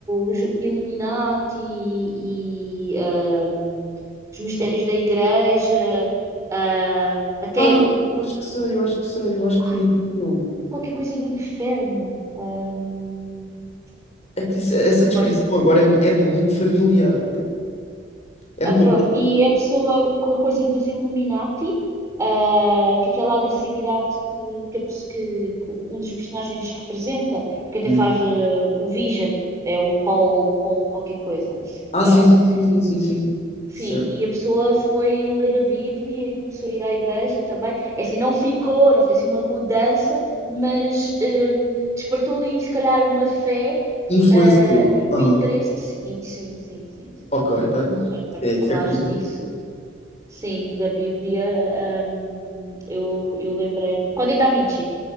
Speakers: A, on the right (about 15°); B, on the left (about 35°).
A: os Illuminati e ahm, os mistérios da igreja, ah, até
B: Ah,
A: o, o-
B: eu acho que
A: o-
B: sei, eu acho que sei, eu acho que
A: ai,
B: conheço o filme.
A: qualquer coisa do inferno. ahm,
B: É que isso- essa descrição
A: agora
B: agora é, é muito familiar. É-me
A: Ah, pronto,
B: completamente.
A: e a pessoa com a coisa dos Illuminati, ah, que aquela agressividade que, que, a pes- que- que um dos personagens representa, que até
B: Hum.
A: faz ah, o Vision, é o Paul, Paul qualquer coisa.
B: Ah,
A: Pronto.
B: sim, sim, sim, sim, sim,
A: E-
B: sim.
A: Sim,
B: Certo.
A: e a pessoa foi ler a Bíblia e começou a ir à igreja também. É assim, não ficou, não foi assim uma mudança, mas hum, despertou ali, se calhar, uma fé
B: Influenciou.
A: ah, e um
B: Aham.
A: interesse. Sim, sim, sim, sim, sim.
B: Ok, olha.
A: Agora
B: É,
A: que
B: isso
A: falaste
B: é curioso.
A: nisso. Sim, da Bíblia, hum, eu, eu lembrei-me. Código da Vinci.